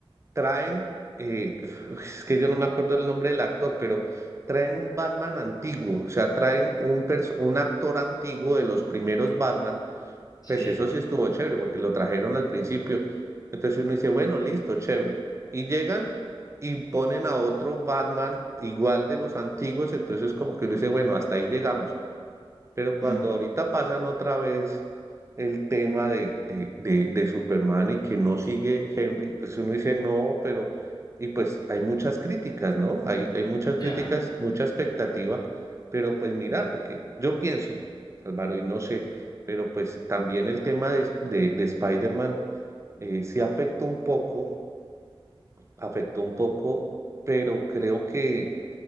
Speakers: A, on the right (about 30°); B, on the left (about 40°).
A: traen, eh, es que yo no me acuerdo el nombre del actor, pero traen un Batman antiguo, o sea, traen un, perso- un actor antiguo de los primeros Batman,
B: sí,
A: pues eso sí estuvo chévere porque lo trajeron al principio. Entonces uno dice, bueno, listo, chévere. Y llegan y ponen a otro Batman igual de los antiguos, entonces como que uno dice, bueno, hasta ahí llegamos. Pero cuando
B: mm,
A: ahorita pasan otra vez el tema de, de, de, de Superman y que no sigue Henry, pues uno dice no, pero, y pues hay muchas críticas, ¿no? Hay, hay muchas
B: ya.
A: críticas, mucha expectativa, pero pues mirar, porque yo pienso, Álvaro, y no sé, pero pues también el tema de, de, de Spider-Man eh, sí afectó un poco, afectó un poco, pero creo que